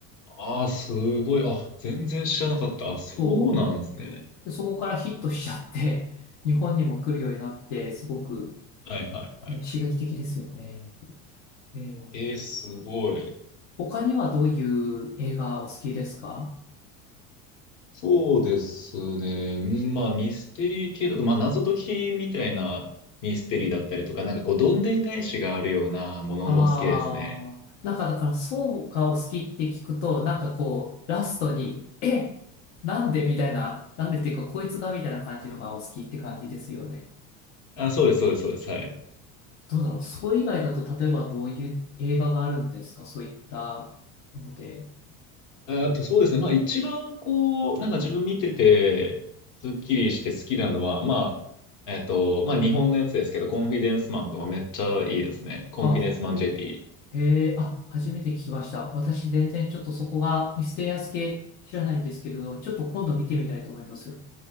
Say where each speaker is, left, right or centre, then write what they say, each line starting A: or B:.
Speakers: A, on the left; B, on the left.
A: ああ、すごい。あ、全然知らなかった。あ、そうなんですね。
B: そうで、そこからヒットしちゃって、<laughs> 日本にも来るようになって、すごく、
A: はいはいはい。
B: えー刺激的ですよね。えー
A: ええすごい。
B: 他にはどういう映画お好きですか
A: そうですね。うんまあ、ミステリー系だと、まあ、謎解きみたいなミステリーだったりとか、なんかこう、どんでん返しがあるようなものも好きですね。
B: ああー、なんかだからそうがお好きって聞くと、なんかこう、ラストに、え、なんでみたいな、なんでっていうか、こいつがみたいな感じのがお好きって感じですよね。
A: あ、そうです、そうです、そうです。はい。
B: どうだろう、そう以外だと、例えばどういう映画があるんですかそういったもので。
A: えーっと、そうですね。まあ一番こう、なんか自分見てて、スッキリして好きなのは、まあ、えーっと、まあ日本のやつですけど、コンフィデンスマンとかめっちゃいいですね。コンフィデンスマン
B: あ
A: JP。
B: えーあ、初めて聞きました。私、全然ちょっとそこがミステリアス系知らないんですけれど、ちょっと今度見てみたいと思います。